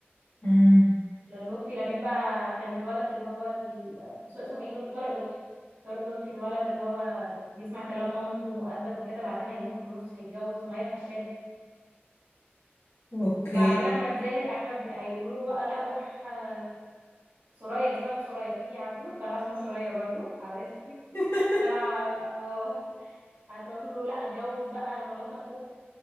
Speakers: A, on the left (about 80°); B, on the right (about 70°).
A: مم.
B: لأن لطفي لبيب بقى كان الولد اللي هو ال... اسمه ايه لط- طارق لطفي طارق لطفي الولد اللي هو بيسمع كلام مامته ومؤدب وكده بعدين هيموت في النص هيتجوز سمية خشاب
A: أوكي
B: وبعدين احمد زاهر احمد هيقولوا له بقى لا روح آه، سوريا اسمها سوريا فيكي يا عبدو طلع اسمها سوريا برضو على اسمك
A: <laughs>
B: طلع اه هتقول له لا اتجوز بقى مرات اخوك